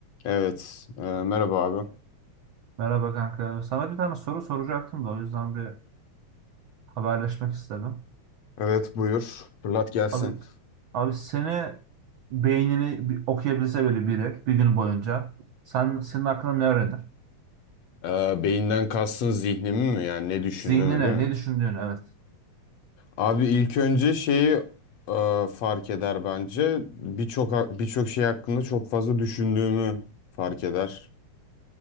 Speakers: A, on the left; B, on the right.
A: Evet. e, merhaba abi.
B: Merhaba kanka. Sana bir tane soru soracaktım da o yüzden bir haberleşmek istedim.
A: Evet buyur. Fırlat gelsin.
B: Abi abi seni beynini bir okuyabilse böyle biri bir gün boyunca sen senin hakkında ne öğrenir?
A: E, beyinden kastın zihnimi mi? Yani ne düşündüğümü
B: Zihnine
A: değil mi?
B: ne düşündüğünü evet.
A: Abi ilk önce şeyi e, fark eder bence. Birçok ha- birçok şey hakkında çok fazla düşündüğümü fark eder.